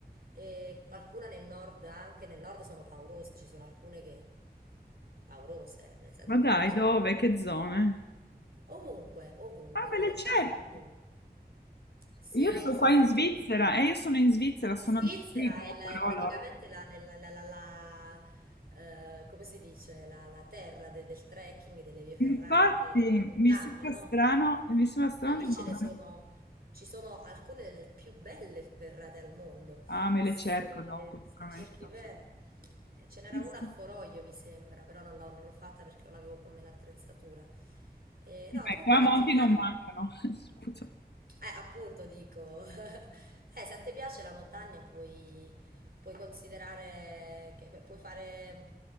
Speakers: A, on the right; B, on the left.
A: e qualcuna nel nord anche, nel nord sono paurose, ci sono alcune che paurose, nel senso
B: Ma dai,
A: ti trovi sopra
B: dove? Che zone?
A: ovunque, ovunque,
B: Ah, me
A: in
B: le
A: montagna,
B: cerco.
A: ovunque. Se,
B: Io sto
A: se
B: qua in
A: tu
B: Svizzera,
A: cerchi
B: eh, io sono in Svizzera, sono
A: In Svizzera
B: a Zurigo,
A: è, la-
B: però
A: è praticamente
B: loro...
A: la, la- la- la- la- la, eh, come si dice, la, la terra de- del trekking, delle vie ferrate,
B: Infatti,
A: della montagna,
B: mi sembra
A: no?
B: strano, mi sembra strano
A: Ma lì
B: di non...
A: ce ne sono, ci sono alcune delle più belle ferrate al mondo,
B: Ah, me
A: se,
B: le cerco dopo, ti
A: se
B: prometto.
A: cerchi bene. Ce n'era
B: Sì,
A: una
B: sì.
A: a Foroglio, mi sembra, però non l'ho non l'ho fatta perché non avevo come l'attrezzatura. Eh,
B: I
A: no, comunque
B: tramonti
A: è un'attività
B: non
A: che...
B: mancano. <laughs> Scusa.
A: Eh, appunto dico, <laughs> eh, se a te piace la montagna puoi, puoi considerare che pu- puoi fare